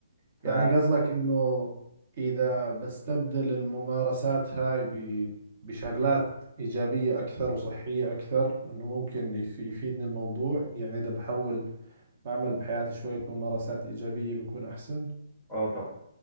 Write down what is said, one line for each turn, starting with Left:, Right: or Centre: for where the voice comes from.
Centre: ف
Right: يعني قصدك إنه إذا بستبدل الممارسات هاي ب- بشغلات إيجابية أكثر وصحية أكثر إنه ممكن يف- يفيدني الموضوع يعني إذا بحاول أعمل بحياتي شوية ممارسات إيجابية بكون أحسن
Centre: اه طبعا